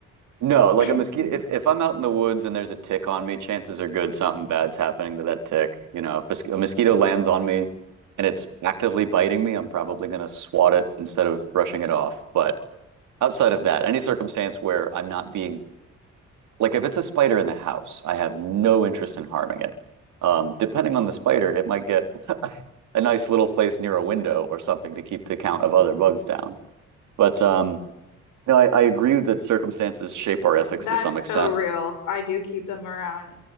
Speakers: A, on the right; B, on the left.
A: no, like
B: <laughs>
A: a mosquito. If if I'm out in the woods and there's a tick on me, chances are good something bad's happening to that tick. You know, if a mosquito lands on me and it's actively biting me, I'm probably gonna swat it instead of brushing it off. But outside of that, any circumstance where I'm not being Like if it's a spider in the house, I have no interest in harming it. Um, depending on the spider, it might get a nice little place near a window or something to keep the count of other bugs down. But um, no, I, I agree that circumstances shape our ethics
B: That's
A: to some extent.
B: so real. I do keep them around.